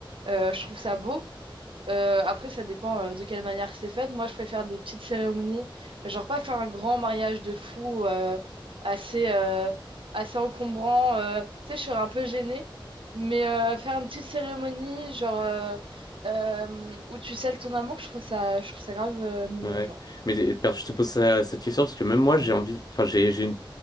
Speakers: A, on the right; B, on the left.
A: Euh, je trouve ça beau. Euh, après, ça dépend euh, de quelle manière c'est fait. Moi, je préfère des petites cérémonies, mais genre pas faire un grand mariage de fou euh, assez, euh, assez encombrant. euh. Tu sais, je serais un peu gênée, mais euh, faire une petite cérémonie, genre euh, euh, où tu scelles ton amour, je trouve ça, je trouve ça grave euh, mignon,
B: ouais.
A: genre.
B: Mais et, per- je te pose ça- cette question parce que même moi, j'ai envie, enfin, j'ai j'ai une-